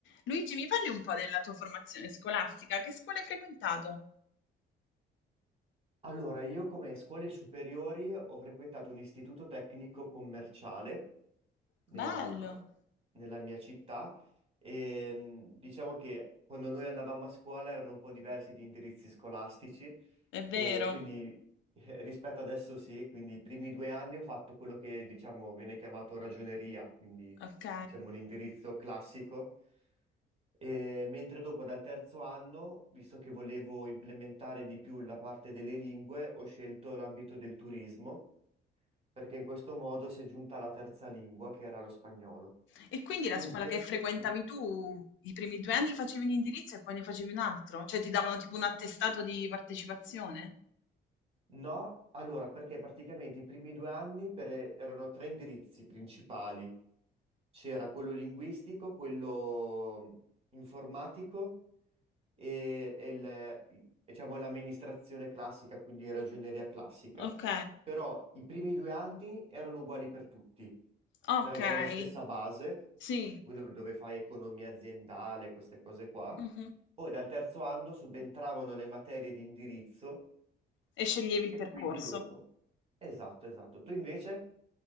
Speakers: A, on the left; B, on the right.
A: Luigi, mi parli un po' della tua formazione scolastica? Che scuola hai frequentato?
B: Allora, io come scuole superiori ho frequentato un istituto tecnico commerciale nella,
A: Bello,
B: nella mia città e mh, diciamo che quando noi andavamo a scuola erano un po' diversi gli indirizzi scolastici
A: è
B: e
A: vero.
B: quindi eh, rispetto adesso sì, quindi i primi due anni ho fatto quello che diciamo viene chiamato ragioneria, quindi
A: Ok.
B: diciamo l'indirizzo classico. E mentre dopo dal terzo anno, visto che volevo implementare di più la parte delle lingue, ho scelto l'ambito del turismo perché in questo modo si è giunta alla terza lingua, che era lo spagnolo.
A: E quindi
B: Tu
A: la scuola
B: invece?
A: che frequentavi
B: Mm?
A: tu, i primi due anni facevi un indirizzo e poi ne facevi un altro? Cioè ti davano tipo un attestato di partecipazione?
B: No, allora, perché praticamente i primi due anni per- erano tre indirizzi principali. C'era quello linguistico, quello mm, informatico e, e il- diciamo, l'amministrazione classica, quindi ragioneria classica.
A: Ok,
B: Però i primi due anni erano uguali per tutti,
A: ok,
B: per avere la stessa base,
A: sì.
B: quindi dove dove fai economia aziendale, queste cose qua.
A: Mhm.
B: Poi dal terzo anno subentravano le materie di indirizzo
A: E sceglievi il
B: e
A: percorso.
B: quindi dopo. Esatto, esatto. Tu invece?